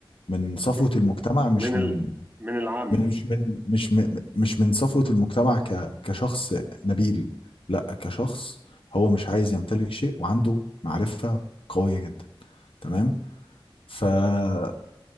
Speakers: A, on the left; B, on the right.
A: من صفوة
B: فاهم؟
A: المجتمع مش
B: من ال
A: من
B: من العامه
A: من- مش من مش من مش من صفوة المجتمع ك كشخص نبيل لا كشخص هو مش عايز يمتلك شيء وعنده معرفة قوية جدا تمام فأنا